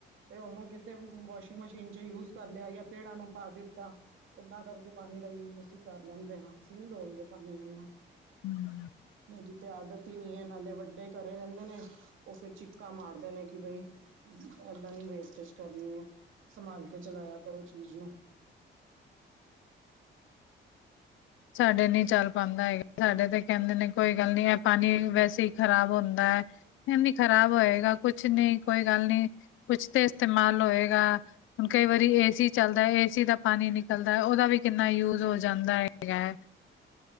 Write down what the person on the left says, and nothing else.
ਹੂੰ
ਸਾਡੇ ਨਹੀਂ ਚੱਲ ਪਾਂਦਾ ਹੈਗਾ, ਸਾਡੇ ਤੇ ਕਹਿੰਦੇ ਨੇ ਕੋਈ ਗੱਲ ਨੀ ਹੈ ਪਾਣੀ ਵੈਸੇ ਹੀ ਖ਼ਰਾਬ ਹੁੰਦੈ। ਨੀ ਖ਼ਰਾਬ ਹੋਏਗਾ ਕੁਛ ਨੀ, ਕੋਈ ਗੱਲ ਨੀ ਕੁਛ ਤੇ ਇਸਤੇਮਾਲ ਹੋਏਗਾ। ਹੁਣ ਕਈ ਵਾਰੀ ਏਸੀ ਚੱਲਦਾ ਏਸੀ ਦਾ ਪਾਣੀ ਨਿਕਲਦਾ, ਉਹਦਾ ਵੀ ਕਿੰਨਾ ਯੂਜ ਹੋ ਜਾਂਦਾ ਏ। ਹੈਗਾ ਏ,